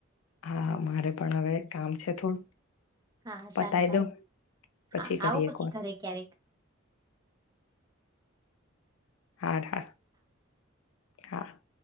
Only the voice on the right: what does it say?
હા હા
સારું સારું.
હા
આવો પછી
ઘરે ક્યારેક.